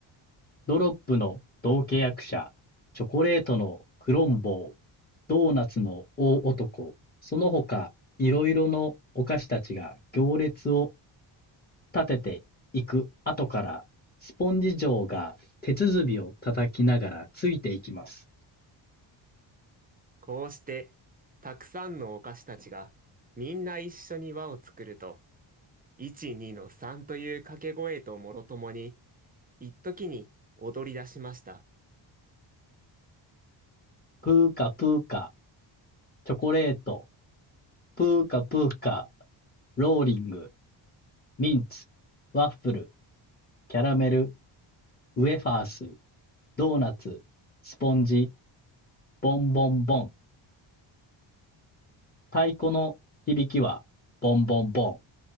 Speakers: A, on the left (about 20°); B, on the right (about 20°).
A: ドロップの同契役者、チョコレートのクロンボー、ドーナツの大男、その他いろいろのお菓子たちが行列を立てていく後から、スポンジ嬢が手鼓を叩きながらついていきます。
B: こうして、たくさんのお菓子たちが、みんな一緒に輪を作ると、1、2の3という掛け声ともろともに、一時に踊り出しました。
A: プーカプーカ、チョコレート、プーカプーカ、ローリング、ミンツ、ワッフル、キャラメル、ウェファース、ドーナツ、スポンジ、ボンボンボン。太鼓の響きはボンボンボン、